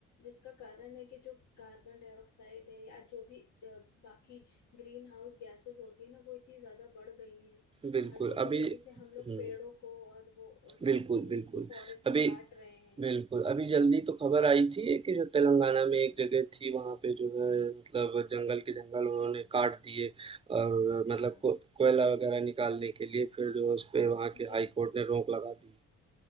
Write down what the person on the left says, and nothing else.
जिसका कारण है कि जो कार्बन डाइऑक्साइड है या जो भी अ, बाकी ग्रीन हाउस गैसेस होती है ना वो इतनी ज्यादा बढ़ गई हैं
हर जगह
जगह से हम लोग
पेड़ों को और वो अ, सारी
चीजों
को फॉरेस्ट
को काट रहे हैं
हाँ
जी